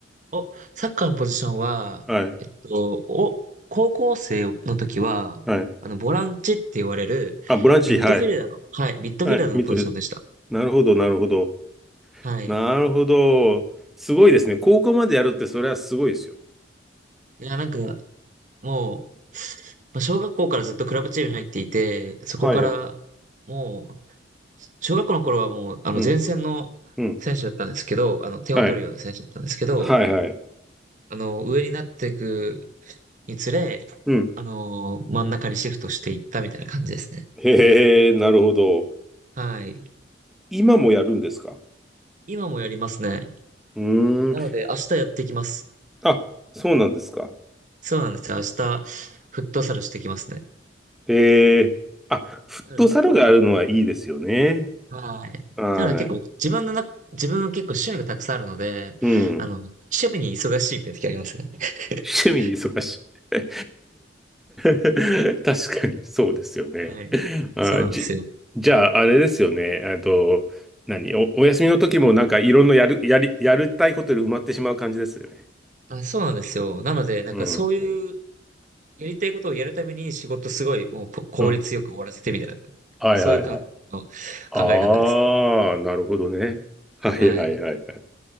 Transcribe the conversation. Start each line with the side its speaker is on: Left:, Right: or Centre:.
Right: お、サッカーのポジションは、
Centre: うはい。
Right: えっと、お、高校生の時は、
Centre: はい。
Right: あの、ボランチって言われる、
Centre: あ、ボランチ、
Right: ミッドフィルダーの、
Centre: はい。
Right: はい、ミッドフィルダーのポジションでした。
Centre: はい。ミッドフィルダーなるほど、なるほど。
Right: はい。
Centre: なるほど。すごいですね。高校までやるって、それはすごいですよ。
Right: いや、なんか、もう、まあ小学校からずっとクラブチームに入っていて、そこから、
Centre: はい。う
Right: もう、小学校の頃はもう、あの、
Centre: ん。
Right: 前線の選手だったんですけど、
Centre: うん。
Right: あの、点を取るような選手だったんですけど、
Centre: はい。はいはい。
Right: あの、上になっていくにつれ、
Centre: うん。
Right: あの、真ん中にシフトしていったみたいな感じですね。
Centre: へえ、なるほど。
Right: はい。
Centre: 今もやるんですか
Right: 今もやりますね。
Centre: うーん。
Right: なので、明日やってきます。
Centre: あ、そうなんですか。
Right: そうなんですよ。明日、フットサルしてきますね。
Centre: へえ。あ、フットサルがあるのはいいですよね。
Right: なので、はい。
Centre: は
Right: なので結構、自分のな、自分は結構趣味がたくさんあるので、
Centre: い。うん。
Right: あの、趣味に忙しいって時ありますね。<laughs>
Centre: 趣味に忙しい。<laughs> 確かにそうですよね。
Right: はい。
Centre: あ、
Right: そうなんですよ。
Centre: じ、じゃあ、あれですよね。えっと、何お、お休みの時もなんかいろんなやる、やり、やりたいことで埋まってしまう感じですよね。
Right: あ、そうなんですよ。なので、なんかそういう
Centre: うん。
Right: やりたいことをやるために仕事すごいもうぽ効率よく終わらせてみたいな、
Centre: うん。はいはいはい。
Right: そういう感じの
Centre: ああ、
Right: 考え方です。
Centre: なるほどね。はいはいはいはい。
Right: はい。